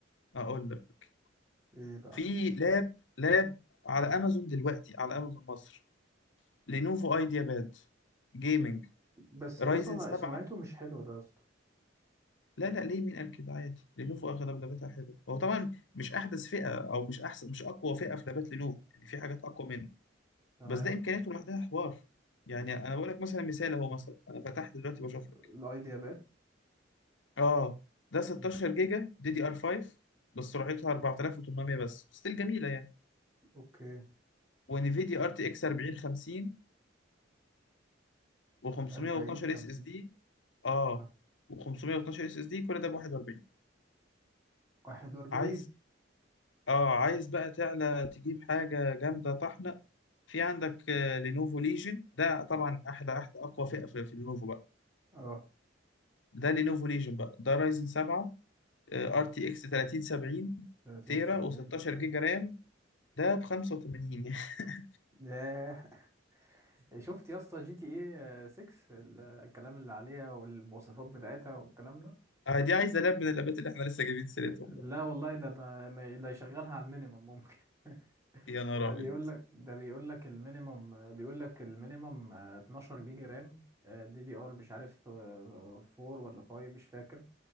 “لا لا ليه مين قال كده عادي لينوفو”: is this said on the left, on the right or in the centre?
Left